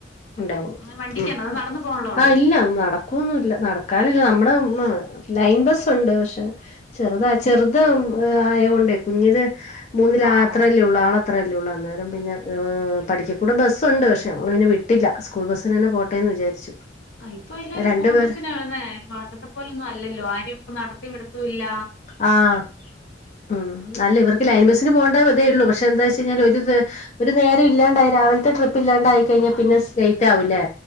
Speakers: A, on the left; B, on the left.
A: ഉള്ളൂ
B: ഉണ്ടാവു
A: അങ്ങനെ വണ്ടിക്കാണോ
B: ഉം
A: അതോ നടന്നു പോകാനുള്ള ഉള്ളോ
B: ആഹ് ഇല്ല നടക്കുവൊന്നുംല്ല നടക്കാനില്ല
A: ഇല്ല
B: നമ്മുടെ ഉമ്മ. ലൈൻ ബസ്സുണ്ട്
A: ആ
B: പക്ഷെ ചെറുത ചെറുത് ആയ കൊണ്ടേ കുഞ്ഞിത്. മൂന്നിൽ
A: ആ, പാടാ
B: അത്രയല്ലേ ഉള്ളൂ ആള് അത്രയല്ലേ ഉള്ളൂ അന്നേരം പിന്നെ
A: അതെ അതെ
B: പഠിക്കകൂടെ ബസ്സുണ്ട് പക്ഷെ നമ്മ പിന്നെ വി വിട്ടില്ല സ്കൂൾ ബസിന്
A: ആ
B: തന്നെ പോട്ടെന്ന് വിചാരിച്ചു
A: ആ ഇപ്പൊ എല്ലാരും
B: രണ്ടു പേര്.
A: <inaudible> പോലൊന്നും അല്ലല്ലോ ആരെയും ഇപ്പൊ നടത്തി വിടുത്തുല്ല.
B: അഹ് അഹ് അല്ല
A: ഉം.
B: ഇവർക്ക് ലൈൻ ബസ്. ബസ്സിന് പോണ്ട വിതേള്ളൂ പക്ഷെ എന്താച്ച് കഴിഞ്ഞാല് ഒരു നേരം ഇല്ലാണ്ടായി രാവിലത്തെ ട്രിപ്പ് ഇല്ലാണ്ടായി. കഴിഞ്ഞ
A: ആ
B: പിന്നെ
A: അതെ അതെ
B: ലേറ്റ് ആവുല്ലേ